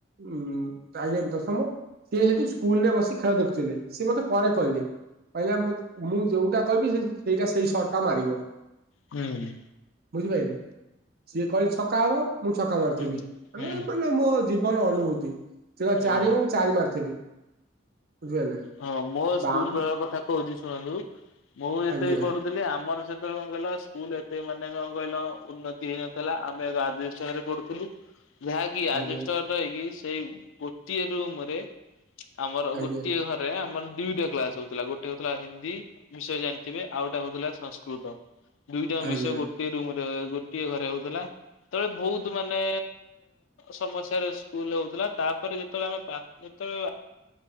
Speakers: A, on the right; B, on the left.
A: ଉଁ ତାହେଲେ ଦଶମ ସିଏ ହେତି ସ୍କୁଲ ରେ ବସିକି ଖେଳ ଦେଖୁଥିଲେ। ସିଏ ମତେ ପରେ କହିଲେ। କହିଲେ ମୁଁ ମୁଁ ଯୋଉଟା କହିବି ହେ ସେଇ ସେଇ ସର୍ଟ ଟା ମାରିବ।
B: ହୁଁ।
A: ବୁଝିପାରିଲେ ସିଏ କହିଲେ ଛକା ହବ ମୁଁ ଛକା ମାରିଥିଲି।
B: ହୁଁ ହୁଁ
A: ମାନେ ମାନେ ମୋ ଜି ଜୀବନ ଅନୁଭୂତି। ସେ
B: ହଁ
A: ଚାରି ହୋଉ ଚାରି ମାରିଥିଲି। ବୁଝିପାରିଲେ
B: ହଁ ମୋ
A: ବାମ
B: ସ୍କୁଲ ବେଳର କଥା କହୁଚି ଶୁଣନ୍ତୁ। ମୁଁ ଏବେ
A: ଆଜ୍ଞା
B: ବି ପଢୁ ଥିଲି। ଆମର ସେତେବେଳେ କଣ କହିଲ ସ୍କୁଲ ଏତେ ମାନେ କଣ କହିଲ ଉନ୍ନତି ହେଇନଥିଲା। ଆମେ ଏକ ଆଜବେଷ୍ଟ ଘରେ ପଢୁଥିଲୁ।
A: <inaudible>
B: ଯାହାକି
A: ଆଜ୍ଞା
B: ଆଜବେଷ୍ଟ ଘରେ ରହିକି ସେଇ ଗୋଟିଏ ରୁମ ରେ ଆମର
A: ଆଜ୍ଞା
B: ଗୋଟିଏ ଘରେ ଦୟେ ଆମର ଦୁଇଟା କ୍ଲାସ ହୋଉଥିଲା। ଗୋଟେ ହୋଉଥିଲା ହିନ୍ଦୀ। ବିଷୟ ଜାଣିଥିବେ। ଆଉ ଗୋଟେ ହୋଉଥିଲା ସଂସ୍କୃତ। ଦୁଇଟାଯାଙ୍କ
A: ଆଜ୍ଞା
B: ବିଷୟ ଗୋ ଗୋଟିଏ ରୁମ୍ ରେ ଗୋଟିଏ ଘରେ ହୋଉଥିଲା। ଯେତେବେଳେ ବହୁତ୍ ମାନେ ସମସ୍ୟାରେ ସ୍କୁଲ ହୋଉଥିଲା। ତାପରେ ଯେତେବେଳେ ଆମେପା ଯେତେବେଳେ